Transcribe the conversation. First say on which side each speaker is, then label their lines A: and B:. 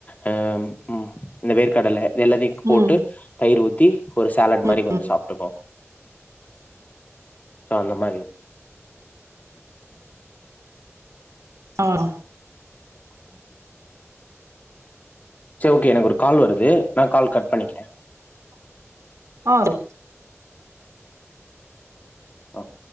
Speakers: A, on the left; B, on the right.
A: அஹ் உ இந்த வேர்க்கடல இதெல்லாதையு போட்டு
B: ம்
A: தயிர் ஊத்தி ஒரு சாலட்
B: ம்
A: மாரி கொஞ்ச சாப்டுப்போ சோ அந்த மாரி
B: ஆஹ்
A: செரி ஓகே எனக்கொரு கால் வருது நா கால் கட் பண்ணிக்கிறே
B: ஆ ஓ
A: ஆஹ்